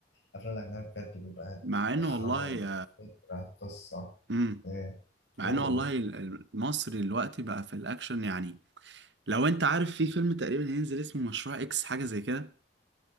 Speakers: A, on the left; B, on the right.
A: افلام الاجنبي بجد بيبقى
B: مع انه
A: اخراج
B: والله
A: فكره قصه
B: امم
A: ايه
B: مع
A: قولوا
B: انه والله ال- ال- مصر دلوقتي بقى في الاكشن يعني لو انت عارف في فيلم تقريبا هينزل اسمه مشروع اكس حاجة زي كده